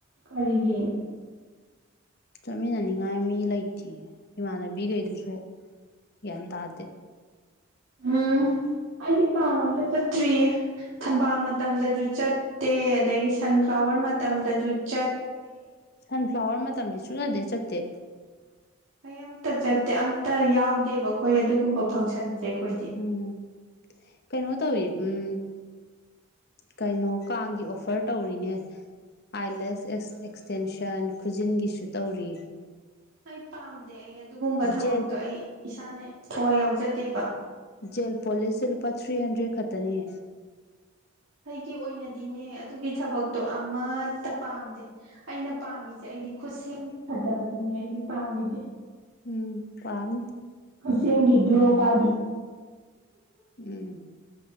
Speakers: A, on the right; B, on the left.
A: ꯀꯔꯤꯒꯤ
B: ꯆꯠꯃꯤꯟꯅꯅꯤꯡꯉꯥꯏ ꯃꯤ ꯂꯩꯇꯦ ꯏꯃꯥꯟꯅꯕꯤꯈꯩꯗꯨꯁꯨ ꯌꯦꯟ ꯇꯥꯇꯦ
A: ꯎꯝ ꯑꯩꯗꯤ ꯀꯥꯡ ꯑꯝꯇ ꯆꯠꯇ꯭ꯔꯤꯌꯦ ꯊꯝꯕꯥꯜ ꯃꯇꯝꯗꯁꯨ ꯆꯠꯇꯦ ꯑꯗꯒꯤ ꯁꯟꯐ꯭ꯂꯥꯋꯔ ꯃꯇꯝꯗꯁꯨ ꯆ
B: ꯁꯟꯐ꯭ꯂꯥꯋꯔ ꯃꯇꯝꯗꯤ ꯁꯨ ꯌꯥꯗꯦ ꯆꯠꯇꯦ
A: ꯀꯩ ꯑꯃꯝꯇ ꯆꯠꯇꯦ ꯑꯝꯇ ꯌꯥꯎꯗꯦꯕ ꯑꯩꯈꯣꯏ ꯑꯗꯨꯒꯨꯝꯕ ꯐꯪꯁꯟꯁꯦ ꯑꯩꯈꯣꯏꯗꯤ
B: ꯎꯝ ꯀꯩꯅꯅ ꯇꯧ ꯎꯝ ꯀꯩꯅꯣ ꯀꯥꯡꯒꯤ ꯑꯣꯐꯔ ꯇꯧꯔꯤꯅꯦ ꯑꯥꯏꯂꯦꯁ ꯑꯦꯛ ꯑꯦꯛꯁꯇꯦꯟꯁꯟ ꯈꯨꯖꯤꯟꯒꯤꯁꯨ ꯇꯧꯔꯤ
A: ꯑꯩ ꯄꯥꯝꯗꯦ ꯑꯩ ꯑꯗꯨꯒꯨꯝꯕ ꯊꯕꯛꯇꯣ
B: ꯖꯦꯜ
A: ꯑꯩ ꯏꯁꯥꯅ ꯊꯋꯥꯏ ꯌꯥꯎꯖꯗꯦꯕ
B: ꯖꯦꯜ ꯄꯣꯂꯤꯁꯁꯦ ꯂꯨꯄꯥ ꯊ꯭ꯔꯤ ꯍꯟꯗ꯭ꯔꯦꯗ ꯈꯛꯇꯅꯤ
A: ꯑꯩꯒꯤ ꯑꯣꯏꯅꯗꯤꯅꯦ ꯑꯗꯨꯒꯤ ꯊꯕꯛꯇꯣ ꯑꯃꯠꯇ ꯄꯥꯝꯗꯦ ꯑꯩꯅ ꯄꯥꯝꯃꯤꯁꯦ ꯑꯩ ꯑꯩꯗꯤ ꯈꯨꯠꯁꯦꯝꯗꯤ ꯐꯖꯕꯗꯨꯅꯦ ꯑꯩꯗꯤ ꯄꯥꯝꯃꯤꯁꯦ
B: ꯎꯝ ꯄꯝ
A: ꯁꯦꯡꯗꯤ ꯒ꯭ꯂꯣ ꯀꯥꯕꯤ
B: ꯎꯝ